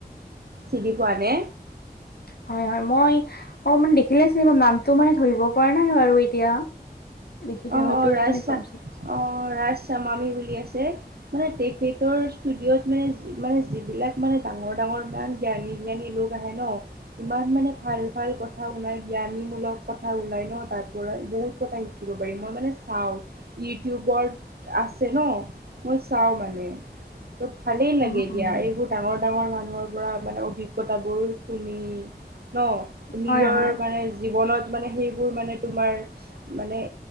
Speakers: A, on the right (about 75°); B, on the left (about 75°).
A: চিনি পোৱা নে?
B: হয় হয় মই অ মানে দেখিলেহে চিনি পাম নামটো মানে ধৰিব পৰা নাই বাৰু এতিয়া। দেখিলে
A: অ
B: হয়তো
A: অ ৰাজ
B: চিনি
A: শা
B: পাম চাগে।
A: অ ৰাজ চামামি বুলি আছে। মানে তেখেতৰ ষ্টুডিঅ'ত মানে মানে যিবিলাক মানে ডাঙৰ ডাঙৰ ইমান জ্ঞানী জ্ঞানী লোক লোক আহে ন ইমান মানে ভাল ভাল কথা শুনাই জ্ঞানীমূলক কথা ওলাই ন তাৰ পৰা বহুত কথা শিকি শিকিব পাৰি মই মানে চাওঁ ইউটোউবত আছে ন মই চাও মানে ত ভালেই লাগে
B: উম, উম,
A: দিয়া এইবোৰ ডাঙৰ ডাঙৰ মানুহৰ পৰা মানে অভিজ্ঞতাবোৰ শুনি ন নিজৰ
B: হয়, হয়,
A: মানে জীৱনত মানে সেইবোৰ মানে তোমাৰ মানে